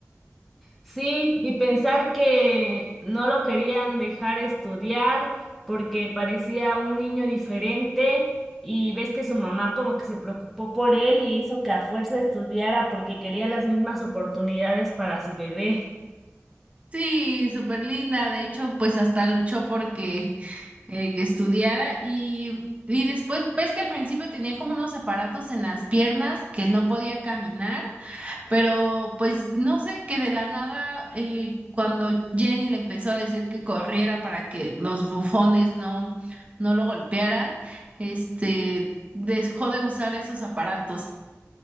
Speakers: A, in the centre; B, on the right (about 25°).
A: Sí, y pensar que no lo querían dejar estudiar porque parecía un niño diferente y ves que su mamá como que se preocupó por él y hizo que a fuerza estudiara porque quería las mismas oportunidades para su bebé.
B: Sí, súper linda. De hecho, pues hasta luchó porque eh, que estudiara y, y después, ves que al principio tenía como unos aparatos en las piernas que no podía caminar. Pero pues no sé, que de la nada, eh, cuando Jenny le empezó a decir que corriera para que los bufones no, no lo golpearan, este dejó de usar esos aparatos.